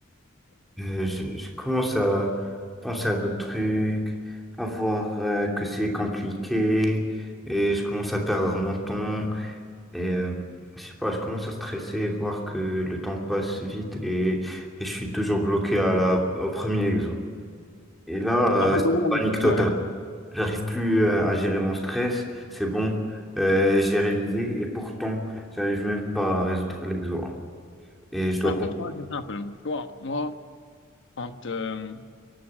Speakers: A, in the centre; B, on the left (about 60°).
A: Euh, je, je commence à penser à d'autres trucs, à voir euh, que c'est compliqué, et je commence à perdre mon temps, et euh, je sais pas, je commence à stresser, voir que le temps passe vite, et, et je suis toujours bloqué à la, au premier exo. Et là, euh,
B: En fait,
A: c'est
B: moi,
A: la panique totale.
B: ouais.
A: J'arrive plus euh, à gérer mon stress, c'est bon, euh, j'ai révisé, et pourtant, j'arrive même pas à résoudre l'exo. hein. Et je dois
B: En
A: pas...
B: fait, moi, c'est simple. Tu vois, moi, quand, euh,